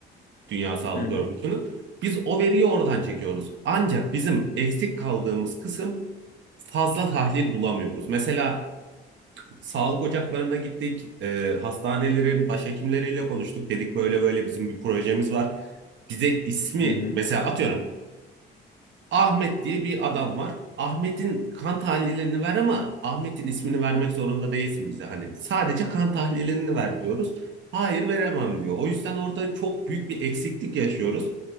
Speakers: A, on the right (about 70°); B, on the left (about 45°).
A: Dünya Sağlık
B: Hı hı.
A: Örgütü'nün. Biz o veriyi oradan çekiyoruz. Ancak bizim eksik kaldığımız kısım fazla tahlil bulamıyoruz. Mesela sağlık ocaklarına gittik, e, hastanelerin başhekimleriyle konuştuk. Dedik böyle böyle bizim bir projemiz var. Bize ismi
B: Hı hı.
A: mesela atıyorum Ahmet diye bir adam var. Ahmet'in kan tahlillerini ver ama Ahmet'in ismini vermek zorunda değilsin bize. Hani sadece kan tahlillerini ver diyoruz. Hayır veremem diyor. O yüzden orada çok büyük bir eksiklik yaşıyoruz.